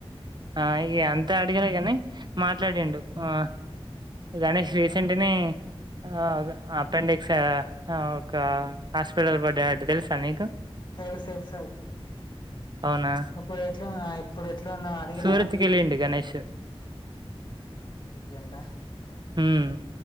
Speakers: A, on the right; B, on the left.
A: ఆ ఇగ అంతె అడిగినకాని మాట్లాడిండు
B: మ్మ్
A: ఆ గణేష్ తీస్ <unintelligible> యా అ ఒక హాస్పిటల్ బెడ్ యర్డ్ తెలుసా నీకు
B: తెలుసు తెలు సది
A: అవునా
B: అప్పుడు ఎట్లాఉన్న ఇప్పుడు ఎట్లుఉన్నా అడిగినావా
A: సూరత్ కెళ్ళిండు గణేష్
B: <unintelligible>
A: హ్మ్